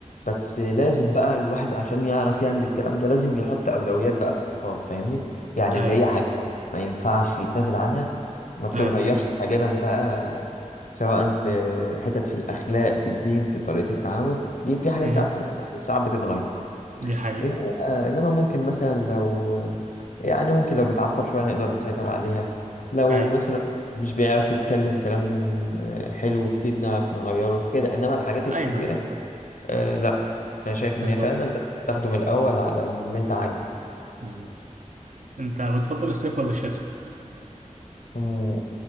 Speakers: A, on the left; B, on the right.
A: بس لازم بقى الواحد عشان يعرف يعمل الكلام ده لازم يحط اولويات بقى في الصفات فاهمني يعني
B: اي
A: اللي هي حاجات ما ينفعش يتنازل عنها ما بتتغيرش
B: اي
A: غالبا بقى سواء في حتت في الاخلاق في الدين في طريقه التعامل دي في حاجات
B: أمم.
A: ساعات م- يعني صعب تتغير
B: دي حقيقة
A: انما انما ممكن مثلا لو يعني ممكن لو بيتعصب شويه نقدر نسيطر عليها لو
B: اي
A: مثلا مش بيعرف يتكلم كلام آه، حلو كتير نعرف نغيره كده انما الحاجات
B: ايوه
A: الكبيره
B: ايوه بالظبط
A: آه لا انا شايف ان
B: بالظبط
A: هي فعلا لازم تاخده من الاول على اللي انت عايزه
B: بالظبط انت بتفضل الصيف ولا الشتاء
A: أمم،